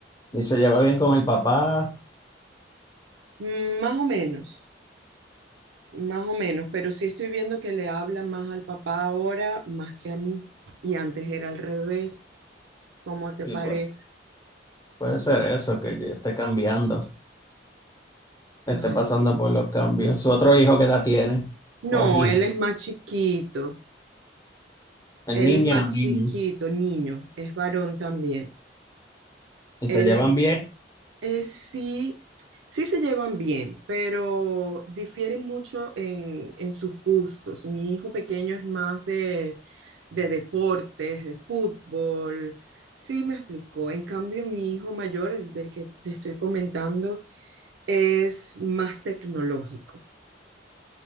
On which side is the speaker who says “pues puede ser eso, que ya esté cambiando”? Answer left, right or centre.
Left